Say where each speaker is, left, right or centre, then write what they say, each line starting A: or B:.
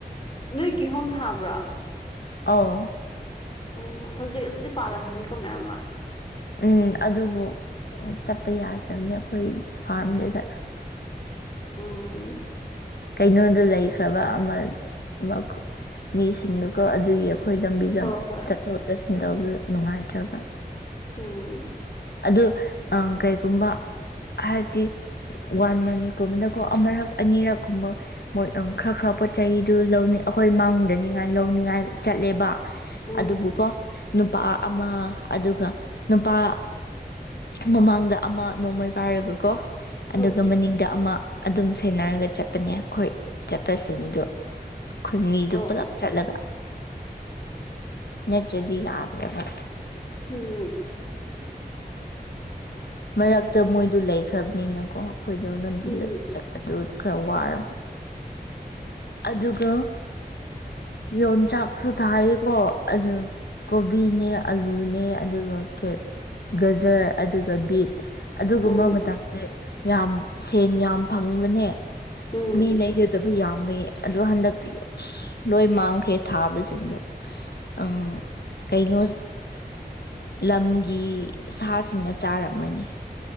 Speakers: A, on the left; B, on the left.
A: ꯅꯣꯏ ꯀꯤꯍꯣꯝ ꯊꯥꯕ꯭ꯔꯥ
B: ꯑꯥꯎ
A: ꯑꯣ ꯍꯧꯖꯤꯛ ꯑꯗꯨꯗꯤ ꯄꯥꯜꯂꯝꯃꯅꯤꯀꯣ ꯃꯌꯥꯝ ꯑꯃ
B: ꯎꯝ ꯑꯗꯨꯕꯨ ꯆꯠꯄ ꯌꯥꯗ꯭ꯔꯕꯅꯤ ꯑꯩꯈꯣꯏ ꯐꯥꯔꯝꯗꯨꯗ
A: ꯎꯝ
B: ꯀꯩꯅꯣꯗ ꯂꯩꯈ꯭ꯔꯕ ꯑꯃ ꯃꯤꯁꯤꯡꯗꯨꯀꯣ ꯑꯗꯨꯒꯤ ꯑꯩꯈꯣꯏ ꯂꯝꯕꯤ
A: ꯍꯣꯏ
B: ꯂꯝ
A: ꯍꯣꯏ
B: ꯆꯠꯊꯣꯛ ꯆꯠꯁꯤꯟ ꯇꯧꯕꯗ ꯅꯨꯡꯉꯥꯏꯇ꯭ꯔꯕ
A: ꯎꯝ
B: ꯑꯗꯨ ꯀꯩꯒꯨꯝꯕ ꯍꯥꯏꯕꯗꯤ ꯋꯥꯟ ꯃꯟꯀꯨꯝꯕꯗꯀꯣ ꯑꯃꯔꯛ ꯑꯅꯤꯔꯛꯀꯨꯝꯕ ꯃꯣꯏ ꯈꯔ ꯈꯔ ꯄꯣꯠ ꯆꯩꯗꯨ ꯂꯧ ꯑꯩꯈꯣꯏ ꯃꯥꯡꯗꯅꯤꯉꯥꯏ ꯂꯧꯅꯤꯡꯉꯥꯏ ꯆꯠꯂꯦꯕ
A: ꯎꯝ
B: ꯑꯗꯨꯕꯨꯀꯣ ꯅꯨꯄꯥ ꯑꯃ ꯑꯗꯨꯒ ꯅꯨꯄꯥ ꯃꯃꯥꯡꯗ ꯑꯃ ꯅꯣꯡꯃꯩ ꯄꯥꯔꯒꯀꯣ
A: ꯎꯝ
B: ꯑꯗꯨꯒ ꯃꯅꯤꯡꯗ ꯑꯃ ꯑꯗꯨꯝ ꯁꯦꯟꯅꯔꯒ ꯆꯠꯄꯅꯦ ꯑꯩꯈꯣꯏ ꯆꯠꯄꯁꯤꯡꯗꯣ ꯈꯨꯟꯃꯤꯗꯨ
A: ꯑꯣ
B: ꯄꯨꯂꯞ ꯆꯠꯂꯒ ꯅꯠꯇ꯭ꯔꯗꯤ ꯌꯥꯗ꯭ꯔꯦꯕ
A: ꯎꯝ
B: ꯃꯔꯛꯇ ꯃꯣꯏꯗꯨ ꯂꯩꯈ꯭ꯔꯕꯅꯤꯅꯀꯣ ꯑꯩꯈꯣꯏꯗꯣ ꯂꯝꯕꯤ
A: ꯎꯝ
B: ꯆꯠꯄꯗꯨ ꯈꯔ ꯋꯥꯔꯕꯅꯤ ꯑꯗꯨꯒ ꯌꯣꯟꯆꯥꯛꯁꯨ ꯊꯥꯏꯌꯦꯀꯣ ꯑꯗꯨ ꯀꯣꯕꯤꯅꯦ ꯑꯂꯨꯅꯦ ꯑꯗꯨꯒ ꯒꯖꯔ ꯑꯗꯨꯒ ꯕꯤꯠ ꯑꯗꯨꯒꯨꯝꯕ
A: ꯎꯝ
B: ꯃꯇꯝꯗꯤ ꯌꯥꯝ ꯁꯦꯟ ꯌꯥꯝ ꯐꯪꯕꯅꯦ
A: ꯎꯝ
B: ꯃꯤ ꯂꯩꯒꯗꯕ ꯌꯥꯝꯕꯒꯤ ꯑꯗꯣ ꯍꯟꯗꯛꯇꯤ ꯑꯁ ꯂꯣꯏ ꯃꯥꯡꯈ꯭ꯔꯦ ꯊꯥꯕꯁꯤꯡꯗꯣ ꯑꯪ ꯀꯩꯅꯣ ꯂꯝꯒꯤ ꯁꯥꯁꯤꯡꯅ ꯆꯥꯔꯝꯃꯅꯤ